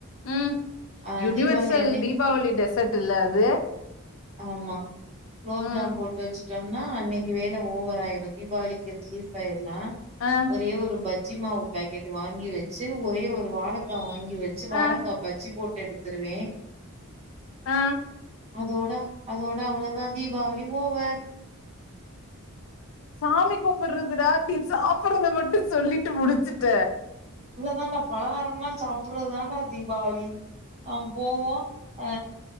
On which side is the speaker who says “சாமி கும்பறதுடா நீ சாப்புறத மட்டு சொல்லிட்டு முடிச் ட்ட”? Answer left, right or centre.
Left